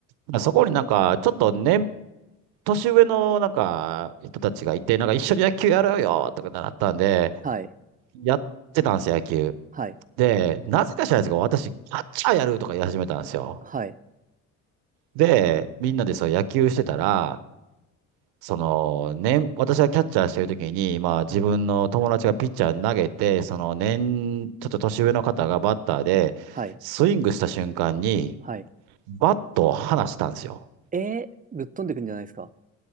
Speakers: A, on the right (about 75°); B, on the right (about 25°).
A: まあそこになんかちょっと年年上のなんか人たちがいて、なんか一緒に野球やろうよとかなったんで、
B: はい、
A: やってたんですよ、野球。
B: はい、
A: で、なぜか知らないですけど、私、キャッチャーやるとか言い始めたんですよ。
B: はい、
A: で、みんなでそう野球してたら、その、年、私がキャッチャーしてる時に、まあ自分の友達がピッチャー投げて、
B: はい、
A: その年、ちょっと年上の方がバッターで、
B: はい、
A: スイングした瞬間に、
B: はい。
A: バットを離したんですよ。
B: えー、ぶっ飛んでくんじゃないですか